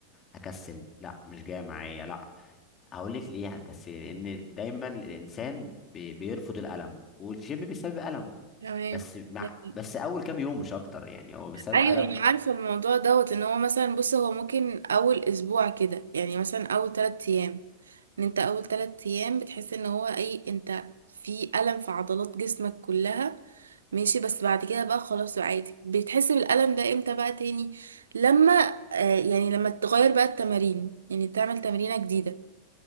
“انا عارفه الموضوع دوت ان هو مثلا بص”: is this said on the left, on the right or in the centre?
Right